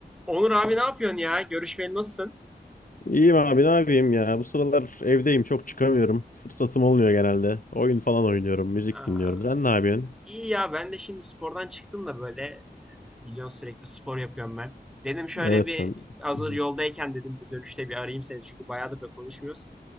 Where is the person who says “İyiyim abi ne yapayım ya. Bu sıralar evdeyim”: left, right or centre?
Left